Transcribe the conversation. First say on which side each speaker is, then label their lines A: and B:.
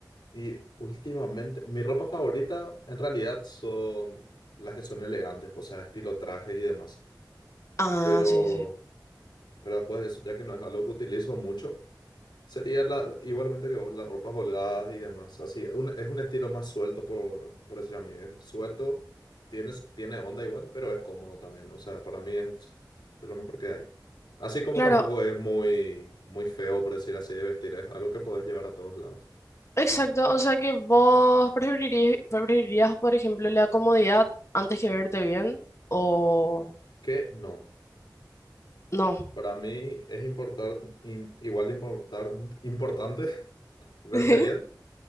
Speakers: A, on the left (about 80°); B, on the left (about 40°).
A: Y últimamente, mi ropa favorita en realidad son las que son elegantes, o sea, estilo trajes y demás.
B: Ah,
A: Pero,
B: sí, sí.
A: pero después de eso, ya que no es algo que utilizo mucho. Sería la, igualmente que vos, las ropas holgadas y demás. Así, un- es un estilo más suelto, por, por decir a mí. Es suelto, tienes, tiene onda igual, pero es cómodo también. O sea, para mí es, es lo mejor que hay. Así como
B: Claro,
A: tampoco es muy, muy feo, por decir así, de vestir. Es algo que podés llevar a todos lados.
B: Exacto, o sea que vos preferirí- preferirías, por ejemplo, la comodidad antes que verte bien o
A: Que no.
B: no.
A: Para mí es importar, im- igual de importar, importante <laughs> verte
B: <laughs>
A: bien